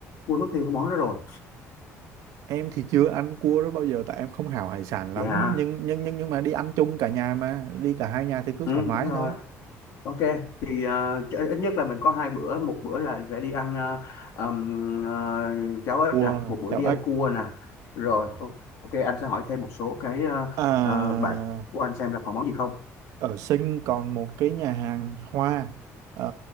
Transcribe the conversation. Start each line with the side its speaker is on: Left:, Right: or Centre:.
Left: quên mất tiêu cái món đó rồi
Right: <laughs> Em thì chưa ăn cua đó bao giờ tại em không hảo hải sản lắm
Left: dạ
Right: nhưng nhưng nhưng nhưng mà đi ăn chung cả nhà mà đi cả hai nhà thì cứ
Left: ừ,
Right: thoải mái
Left: đúng rồi
Right: thôi
Left: Ok, thì ờ, ch- ít nhất là mình có hai bữa, một bữa là sẽ đi ăn ờ, ừm, ờ, cháo ếch
Right: cua
Left: nè, một bữa
Right: chảo
Left: đi
Right: ếch
Left: ăn cua nè. Rồi, o- ok, anh sẽ hỏi thêm một số cái ờ,
Right: à,
Left: ờ, bạn của anh xem là còn món gì không.
Right: ở Sinh còn một cái nhà hàng hoa ờ,